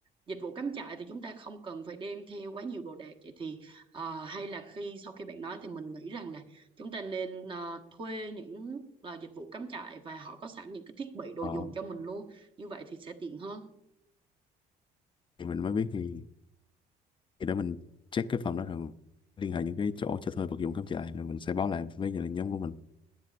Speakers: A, on the right (about 30°); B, on the left (about 30°).
A: dịch vụ cắm trại thì chúng ta không cần phải đem theo quá nhiều đồ đạc vậy thì ờ, hay là khi sau khi bạn nói thì mình nghĩ rằng là chúng ta nên ờ, thuê những là dịch vụ cắm trại và họ có sẵn những cái thiết bị đồ
B: ờ,
A: dùng cho mình luôn như vậy thì sẽ tiện hơn
B: thì mình mới biết thì thì để mình check cái phòng đó rồi liên hệ những cái chỗ cho thuê vật dụng cắm trại rồi mình sẽ báo lại với gia đình nhóm của mình